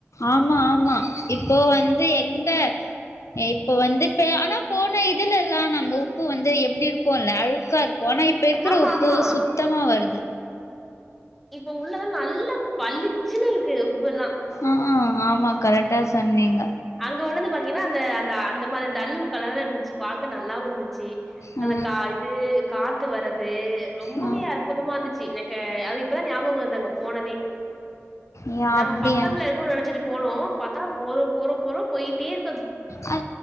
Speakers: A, on the left; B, in the centre.
A: ஆமா ஆமா இப்போ வந்து எந்த இப்ப வந்துட்டு ஆனா போன இதுல எல்லா நம்ம உப்பு வந்து எப்டி இருக்குல அழுக்கா இரு போனா இப்ப இருக்கிற
B: ஆமா
A: உப்பு
B: ஆமா
A: சுத்தமா வருது
B: இப்ப உள்ளதா நல்லா பழிச்சுன்னு இருக்கு உப்பு
A: ஆ ஆ ஆமா கரெக்டா சொன்னீங்க
B: அங்க உள்ளது பாத்தீங்கன்னா அந்த அந்த அந்த மாரி டல் கலர்ல இருந்துச்சு பாக்க நல்லாவு இருந்துச்சி
A: ஆ
B: அந்த கா இது காத்து வர்றது ரொம்பவே
A: ஆ
B: அற்புதமா இருந்து ச்சு எனக்கு அது இப்பதா ஞாபக அங்க போனதே
A: ஏ
B: நாங்க
A: அப்டியா
B: பக்கத்துல இரு க்கு நெனச்சிட்டு போனோ பாத்தா போறோ போறோ போறோ போயிட்டே இரு
A: அ